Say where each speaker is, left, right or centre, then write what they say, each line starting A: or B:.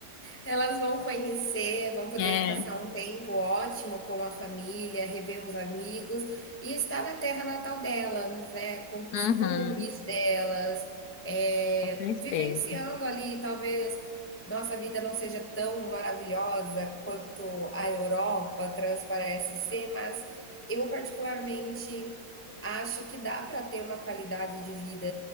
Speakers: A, on the left (about 15°); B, on the left (about 65°).
A: Elas vão conhecer, vão poder
B: É,
A: passar um tempo ótimo com a família, rever os amigos e estar na terra natal delas, né? Com costumes
B: uhum,
A: delas, é,
B: com certeza.
A: vivenciando ali, talvez nossa vida não seja tão maravilhosa quanto a Europa transparece ser, mas eu particularmente acho que dá para ter uma qualidade de vida